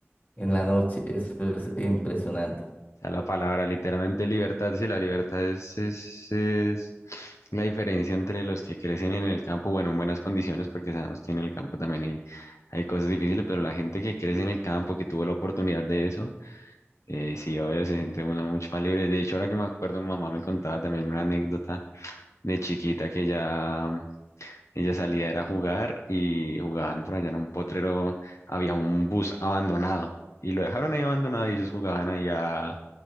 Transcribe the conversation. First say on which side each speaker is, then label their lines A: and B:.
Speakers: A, on the left; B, on the left.
A: en la noche. Eso es impresionante.
B: O sea, la palabra literalmente libertad, sí, la libertad es, es, es la diferencia entre los que crecen en el campo, bueno, en buenas condiciones porque sabemos que en el campo también hay, hay cosas difíciles, pero la gente que crece en el campo, que tuvo la oportunidad de eso, eh, sí, obvio, se siente uno mucho más libre. De hecho, ahora que me acuerdo, mi mamá me contaba también una anécdota de chiquita que ya Ella salía era a jugar y jugaban por allá en un potrero, había un bus abandonado y lo dejaron ahí abandonado y ellos jugaban allá